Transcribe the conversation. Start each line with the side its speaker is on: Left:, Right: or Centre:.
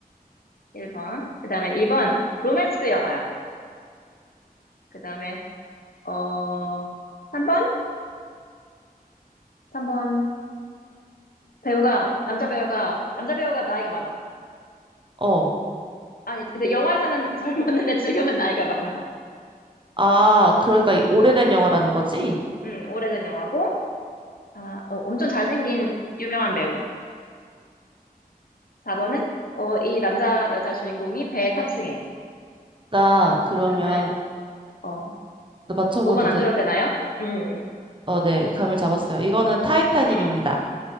Left: 1번. 그 다음에 2번, 로맨스 영화야. 그 다음에, 어, 3번? 3번, 배우가, 남자 배우가, 남자 배우가 나이가 많아.
Right: 어.
Left: 아니, 근데 영화에서는 <laughs> 젊었는데 지금은 나이가 많아.
Right: 아, 그러니까 이
Left: 음,
Right: 오래된 영화라는 거지?
Left: 음, 오래된 영화고, 아, 어, 엄청 잘생긴 유명한 배우고, 4번은, 어, 이 남자, 여자 주인공이 배에 탑승해.
Right: 나 그러면
Left: 그 다음에, 어,
Right: 나 맞춰봐도
Left: 5번
Right: 돼.
Left: 안 들어도 되나요? 음,
Right: 어, 네. 감을 잡았어요. 이거는 타이타닉입니다.
Left: 음.